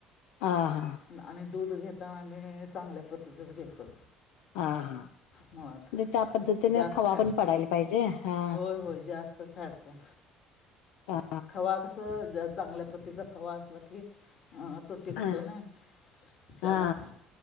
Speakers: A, on the left; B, on the left.
A: हा हा.
B: आणि दूध घेता आम्ही चांगल्या पद्धतीचंच घेतो.
A: हा हा.
B: मुळात
A: म्हणजे त्या पद्धतीने
B: जास्त
A: खवा
B: फॅटच
A: पण पडायला पाहिजे हा
B: होय होय जास्त फॅटच.
A: हा
B: खवा कस चांगल्या पद्धतीचा खवा असला की. ह तो ठिकतो
A: हा
B: नाहीेत
A: हा
B: आ म्हा.